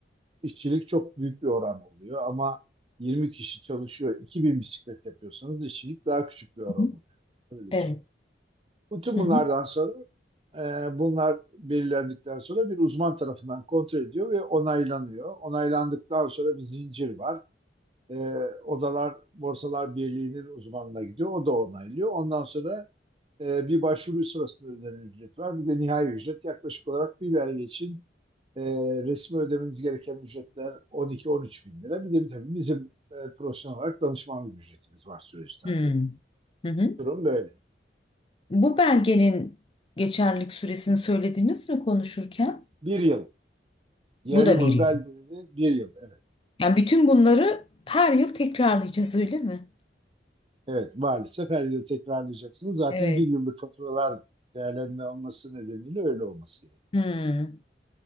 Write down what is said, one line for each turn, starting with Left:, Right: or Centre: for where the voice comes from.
Right: işçilik çok büyük bir oran oluyor. Ama 20 kişi çalışıyor, 2000 bisiklet yapıyorsanız işçilik daha küçük bir oran
Left: hı.
Right: oluyor. Öyle
Left: Evet.
Right: Bütün
Left: Hı
Right: bunlardan
Left: hı.
Right: sonra e, bunlar belirlendikten sonra bir uzman tarafından kontrol ediyor ve onaylanıyor. Onaylandıktan sonra bir zincir var. E, Odalar Borsalar Birliği'nin uzmanına gidiyor. O da onaylıyor. Ondan sonra e, bir başvuru sırasında ödenen ücret var. Bir de nihai ücret yaklaşık olarak bir belge için e, resmi ödemeniz gereken ücretler 12-13 bin lira. Bir de tabii bizim e, profesyonel olarak danışmanlık ücretimiz var süreçten.
Left: Hmm. Hı hı.
Right: Durum böyle.
Left: Bu belgenin geçerlilik süresini söylediniz mi konuşurken?
Right: Bir yıl Yerli
Left: Bu da
Right: malı
Left: bir yıl.
Right: belgeleri bir yıl. Evet.
Left: Yani bütün bunları her yıl tekrarlayacağız öyle mi?
Right: Evet. Maalesef her yıl tekrarlayacaksınız. Zaten
Left: Evet.
Right: bir yıllık faturalar değerlendirme alması nedeniyle öyle olması gerekiyor.
Left: Hmm.